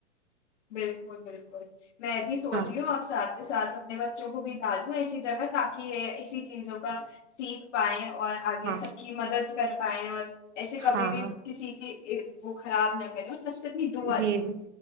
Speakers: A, on the left; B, on the right.
A: بالکل بالکل میں بھی سوچی
B: ہاں
A: ہوں آپ ساتھ ہی ساتھ اپنے ب بچوں کو بھی ڈالوں ایسی جگہ تاکہ اسی چیزوں کا سیکھ پائائے اور آگے
B: ہاں
A: سب کی مدد کر پائے اور ایسے کبھی
B: ہاں
A: بھی کسی کی وہ خراب نہ کرے اتنی دعا
B: جی
A: دیں
B: جی